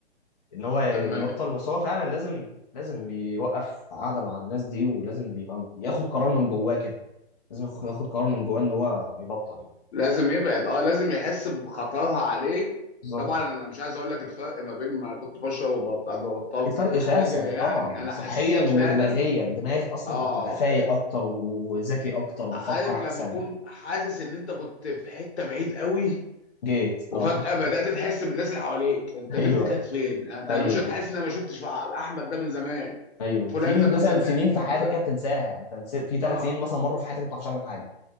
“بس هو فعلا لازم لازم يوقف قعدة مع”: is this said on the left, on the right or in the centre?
Left